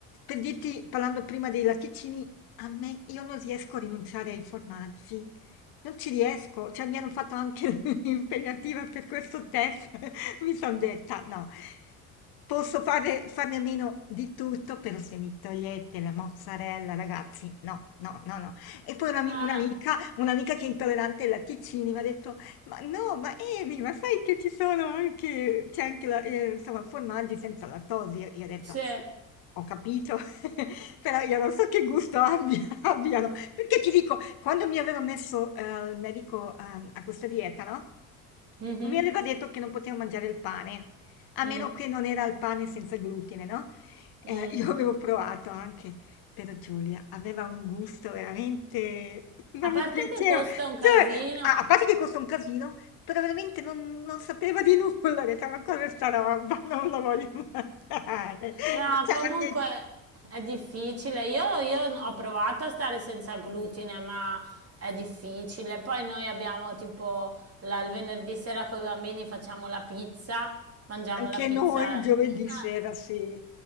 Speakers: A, on the left (about 60°); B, on the right (about 35°).
A: per dirti, parlando prima dei latticini, a me io non riesco a rinunciare ai formaggi, non ci riesco, cioè mi hanno fatto anche <laughs> l'impegnativa per questo test, <laughs> mi sono detta no, posso fare, farne a meno di tutto, però se mi togliete la mozzarella, ragazzi, no, no, no, no. E poi una mi-
B: Ah,
A: un'amica, un'amica che è intollerante ai latticini mi ha detto, ma no, ma Emi, ma sai che ci sono anche, c'è anche la, eh, insomma, formaggi senza lattosio? Io ho detto,
B: sì.
A: sì, ho capito. <laughs> Però io non so che gusto abbia <laughs> abbiano, perché ti dico, quando mi aveva messo, ehm, il medico, ehm, a questa dieta, no,
B: Mhm,
A: mi aveva detto che non potevo mangiare il pane, a
B: mm,
A: meno che non era il pane senza glutine, no? Eh,
B: mm.
A: <laughs> io avevo provato anche, però Giulia aveva un gusto veramente... non
B: A parte
A: mi piaceva.
B: che costa
A: Cioè,
B: un casino.
A: a, a parte che costa un casino, però veramente non, non sapeva di nulla. <laughs> Ho detto, ma cosa è sta roba? Non la voglio <laughs> mangiare.
B: No,
A: Cioè,
B: comunque
A: a me
B: è difficile. Io, io ho provato a stare senza glutine, ma è difficile. Poi noi abbiamo tipo la- il venerdì sera con i bambini facciamo la pizza, mangiamo
A: Anche
B: la pizza.
A: noi giovedì
B: Ah,
A: sera, sì.